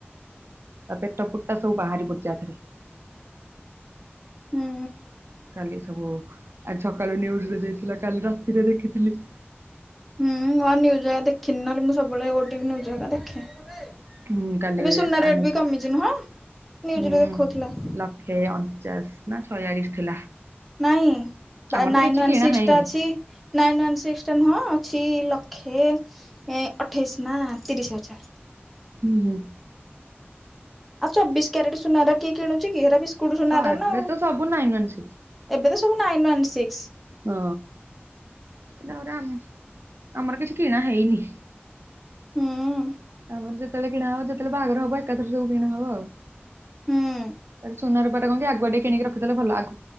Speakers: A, on the right (about 70°); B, in the centre.
A: ତା ପେଟ ଫୁଟା ସବୁ ବାହାରି ପଡିଚଛି ଆଥିରେ
B: ହୁଁ
A: କାଲି ସବୁ ଆଜି ସକାଳୁ ନ୍ୟୁଜରେ ଦେଇଥିଲା କାଲି ରାତିରେ ଦେଖିଥିଲି।
B: ହୁଁ ମୁଁ ଆଉ ନିୁଜ୍ ଗେରା ଦେଖିନି ନହେଲେ ମୁଁ ସବୁବେଳେ ଓଟିଭି ନିୟୁଜ ଘରିକା ଦେଖେ।
A: ହୁଁ କାଲି
B: ଏବେ ସୁନା ରେଟ
A: ଆଣିଲି
B: ବି କମିଛି ନୁହଁ ନିୟୁଜରେ
A: ହୁଁ
B: ଦେଖଉଥିଲା।
A: ଲକ୍ଷେ ଅଣଚାଶ୍ ନା ଛୟାଳିଶ ଥିଲା।
B: ନାଇଁ ବା
A: ଆମର
B: ନାଇନ୍
A: ତ କିଛି
B: ୱାନ୍
A: କିଣା
B: ସିକ୍ସ
A: ହେଇନି।
B: ଟା ଅଛି ନାଇନ୍ ୱାନ୍ ସିକ୍ସ ଟା ନୁହଁ ଅଛି ଲକ୍ଷେ ଏଁ ଅଠେଇଶ ନା ତିରିଶ ହଜାର
A: ହୁଁ ହୁଁ।
B: ଆଉ ଚବିଶ କ୍ୟାରେଟ ସୁନା ଗେରା କିଏ କିଣୁଛି କି? ହେରା ବିସ୍କୁଟ ସୁନା
A: ସ
B: ଗୁରା
A: ଏବେ
B: ନା ଆଉ?
A: ତ ସବୁ ନାଇନ୍ ୱାନ୍ ସିକ୍ସ।
B: ଏବେ ତ ସବୁ ନାଇନ୍ ୱାନ୍ ସିକ୍ସ।
A: ହଁ ଏଗୁରାଗୁରା ମ ଆମର କିଛି କିଣା ହେଇନି।
B: ହୁଁ।
A: ଆମର ଯେତେବେଳେ କିଣା ହବ ଯେତେବେଳେ ବାହାଘର ହବ ଏକାଥର ସବୁ କିଣା ହବ ଆଉ।
B: ହୁଁ
A: ତାପରେ ସୁନାର ଗୋଟେ କଣ କି ଆଗୁଆ ଟିକେ କିଣିକି ରଖି ଦେଲେ ଭଲ ଆଗୁ